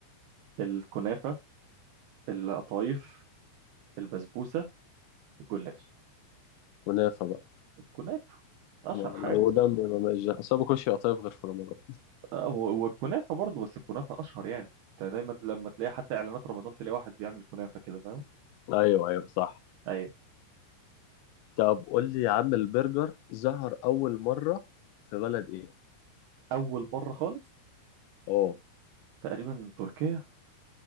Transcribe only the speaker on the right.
الكنافة القطايف البسبوسة الجلاش
الكنافة أشهر
حاجة
آه، و- والكنافة برضو بس الكنافة أشهر يعني أنت دايما لما تلاقي حتى إعلانات رمضان تلاقي واحد بيعمل كنافة كده فاهم
أيوه
أول مرة خالص
تقريبا تركيا